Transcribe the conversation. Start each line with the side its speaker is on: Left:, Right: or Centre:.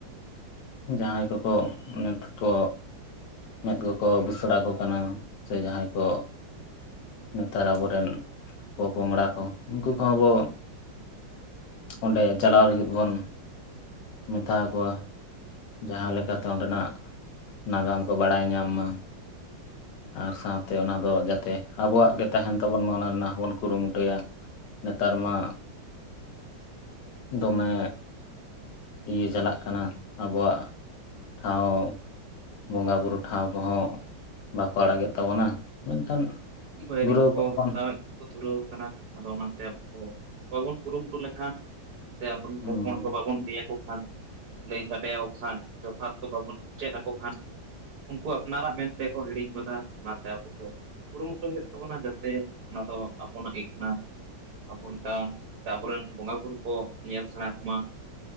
Left: ᱡᱟᱦᱟᱸᱭ ᱠᱚᱠᱚ ᱱᱮᱛᱠᱚ ᱢᱮᱫ ᱠᱚᱠᱚ ᱵᱟᱹᱥᱲᱟ ᱠᱚ ᱠᱟᱱᱟ ᱥᱮ ᱡᱟᱦᱟᱸᱭ ᱠᱚ ᱱᱮᱛᱟᱨ ᱟᱵᱚᱨᱮᱱ ᱯᱚ-ᱯᱚᱝᱲᱟ ᱠᱚ ᱩᱱᱠᱩ ᱠᱚᱦᱚᱸ ᱵᱚ ᱚᱸᱰᱮ ᱪᱟᱞᱟᱣ ᱞᱟᱹᱜᱤᱫ ᱵᱚᱱ ᱢᱮᱛᱟᱠᱚᱣᱟ ᱡᱟᱦᱟᱸ ᱞᱮᱠᱟᱛᱮ ᱚᱸᱰᱮᱱᱟᱜ ᱱᱟᱜᱟᱢ ᱠᱚ ᱵᱟᱲᱟᱭ ᱧᱟᱢ ᱢᱟ ᱟᱨ ᱥᱟᱶᱛᱮ ᱚᱱᱟ ᱫᱚ ᱡᱟᱛᱮ ᱟᱵᱚᱣᱟᱜ ᱜᱮ ᱛᱟᱦᱮᱱ ᱛᱟᱵᱚᱱ ᱢᱟ ᱚᱱᱟ ᱨᱮᱱᱟᱜ ᱦᱚᱸᱵᱚᱱ ᱠᱩᱨᱩᱢᱩᱴᱩᱭᱟ ᱱᱮᱛᱟᱨ ᱢᱟ ᱫᱚᱢᱮ ᱤᱭᱟᱹ ᱪᱟᱞᱟᱜ ᱠᱟᱱᱟ ᱟᱵᱚᱣᱟᱜ ᱴᱷᱟᱶ ᱵᱚᱸᱜᱟ ᱵᱳᱨᱳ ᱴᱷᱟᱶ ᱠᱚ ᱦᱚᱸ ᱵᱟᱠᱚ ᱟᱲᱟᱜᱮᱫ ᱛᱟᱵᱚᱱᱟ ᱢᱮᱱᱠᱷᱟᱱ
Right: ᱵᱟᱭᱨᱤ
Left: ᱫᱩᱨᱟᱹᱣ
Right: ᱠᱚ
Left: ᱵᱚᱱ
Right: ᱦᱟᱛᱟᱣᱮᱜ ᱫᱷᱩᱨᱟᱹᱣ ᱠᱟᱱᱟ ᱟᱫᱚ ᱚᱱᱟᱛᱮ ᱟᱵᱚ ᱵᱟᱵᱚᱱ ᱠᱩᱨᱩᱢᱩᱴᱩ ᱞᱮᱠᱷᱟᱱ ᱛᱮ ᱟᱵᱚᱨᱮᱱ
Left: ᱦᱩᱸ
Right: ᱦᱚᱯᱚᱱ ᱠᱚ ᱵᱟᱵᱚᱱ ᱞᱟᱹᱭᱟᱠᱚ ᱠᱷᱟᱱ ᱞᱟᱹᱭ ᱠᱟᱛᱮ ᱟᱫᱚ ᱠᱷᱟᱱ ᱡᱚᱛᱷᱟᱛᱠᱚ ᱵᱟᱵᱚᱱ ᱪᱮᱫ ᱟᱠᱚ ᱠᱷᱟᱱ ᱩᱱᱠᱩ ᱟᱯᱱᱟᱨᱟᱜ ᱢᱮᱱᱛᱮᱠᱚ ᱦᱤᱲᱤᱧ ᱜᱚᱫᱟ ᱚᱱᱟᱛᱮ ᱟᱵᱚ ᱠᱚ ᱠᱩᱨᱩᱢᱩᱴᱩᱭ ᱦᱩᱭᱩᱜ ᱛᱟᱵᱚᱱᱟ ᱡᱟᱛᱮ ᱚᱱᱟ ᱫᱚ ᱟᱵᱚᱱᱟᱜ ᱜᱮ ᱠᱟᱱᱟ ᱟᱵᱚ ᱞᱮᱠᱟ ᱥᱮ ᱟᱵᱚᱨᱮᱱ ᱵᱚᱸᱜᱟ ᱵᱩᱨᱩ ᱠᱚ ᱧᱮᱞ ᱥᱟᱱᱟᱭ ᱢᱟ